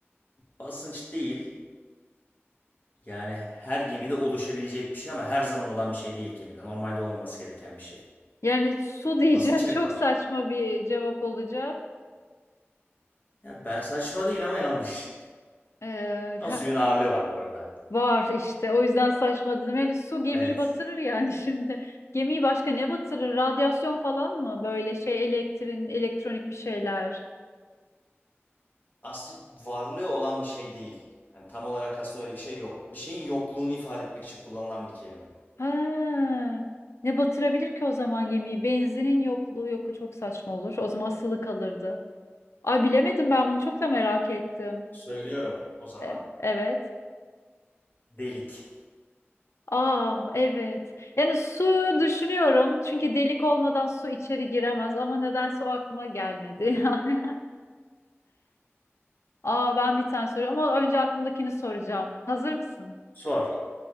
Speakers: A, on the left; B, on the left.
A: Basınç değil. Yani her gemide oluşabilecek bir şey ama her zaman olan bir şey değil gemide. Normalde olmaması gereken bir şey.
B: Yani su <laughs> diyeceğim
A: Basınç
B: çok
A: hep var.
B: saçma bir cevap olacak.
A: Ya ben saçma değil ama yanlış.
B: Ee,
A: Ama
B: ha-
A: suyun ağırlığı var bu arada.
B: var işte o yüzden saçma dedim. Yani su gemiyi
A: Evet.
B: batırır yani <laughs> şimdi. Gemiyi başka ne batırır? Radyasyon falan mı? Böyle şey elektrin, elektronik bir şeyler.
A: Aslında varlığı olan bir şey değil. Hani tam olarak aslında öyle bir şey yok. Bir şeyin yokluğunu ifade etmek için kullanılan bir kelime.
B: Ha, ne batırabilir ki o zaman gemiyi? Benzinin yokluğu yok çok saçma olur. O zaman asılı kalırdı. Ay bilemedim ben bunu çok da merak ettim.
A: Söylüyorum o zaman.
B: Evet. Evet.
A: Delik.
B: Aa evet. Yani su düşünüyorum. Çünkü delik olmadan su içeri giremez ama nedense o aklıma gelmedi <laughs> yani. Aa ben bir tane soruyorum ama önce aklımdakini soracağım. Hazır mısın?
A: Sor.